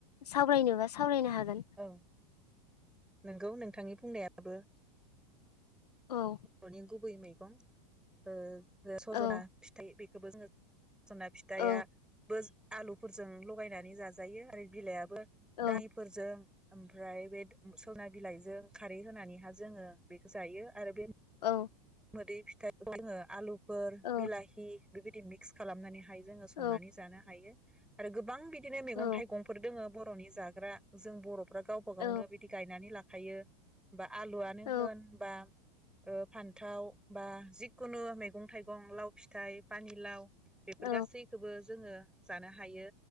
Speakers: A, on the left (about 90°); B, in the centre.
A: सावरायनोबा सावरायनो हागोन।
B: औ नंगौ नोंथांनि बुंनायाबो
A: औ
B: बर'नि गुबै मै गं ओ ज सज'ना
A: औ
B: फिथाइ बे खोबो जोङो । सजना फिथाइआ
A: औ
B: बो आलुफोरजों लगायनानै जाजायो आरो बिलाइआबो
A: औ
B: दालिफोरजों ओमफ्राय बे सजना बिलाइजों खारै होनानैहा जोङो बेखौ जायो आरो बे
A: औ।
B: मोदै फिथाइखौ जोङो आलु फोर
A: औ
B: बिलाहि बेबायदि मिक्स खालामनानै जोङो संनानै
A: औ
B: जानो हायो। आरो गोबां बिदि बिदिनो मैगं
A: औ
B: थाइगंफोर दोङो बर'नि जाग्रा जों बर' फ्रा गावबा गावनो
A: औ
B: बिदि गायनानै ला हायो बा आलुआनो
A: औ
B: होन बा ओ फान्थाव बा जिख खुनु मैगं थाइगं लाव फिथाइ पानि लाव बेफोर
A: औ
B: गासैखौबो जोङो जानो हायो।